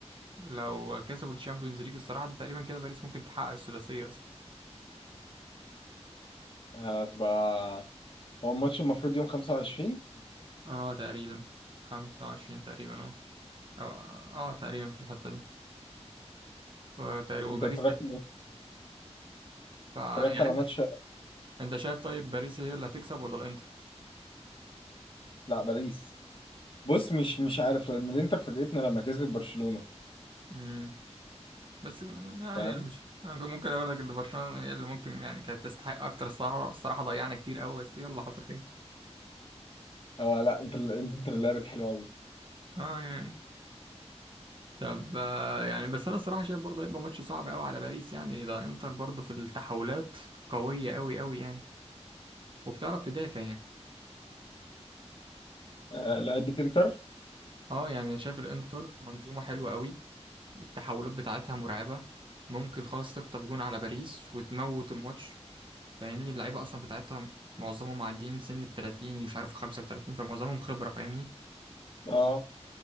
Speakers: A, on the right; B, on the left.
A: لو كسبوا التشامبيونز ليج الصراحه ده تقريبا كده باريس ممكن تحقق السداسيه اصلا
B: هتبقى هو الماتش المفروض يوم 25
A: اه تقريبا 25 تقريبا اه أو- اه آه، تقريبا في الحته دي فتقريبا وباريس
B: انت اتفرجت
A: تق- ف- يعني
B: اتفرجت على
A: انت
B: ماتش
A: انت شايف طيب باريس هي اللي هتكسب ولا الانتر
B: لا باريس بص مش مش عارف لان الانتر فاجئتنا لما كسبت برشلونه
A: امم بس يعني
B: فاهم
A: أنا مش أنا ممكن اقول لك ان برشلونه هي اللي ممكن يعني كانت تستحق اكتر الصراحه الصراحه ضيعنا كتير قوي بس يلا حصل خير
B: او لا انتر الانتر لعبت حلوه قوي
A: اه يعني طب آه، يعني بس انا الصراحه شايف برضه هيبقى ماتش صعب قوي على باريس يعني ده انتر برضه في التحولات قويه قوي قوي يعني وبتعرف تدافع يعني
B: آه لعبت انتر
A: اه يعني شايف الانتر منظومه حلوه قوي التحولات بتاعتها مرعبه ممكن خالص تخطف جون على باريس وتموت الماتش فاهمني اللعيبه اصلا بتاعتها معظمهم معديين سن ال 30 ومش عارف 35 فمعظمهم خبره فاهمني
B: اه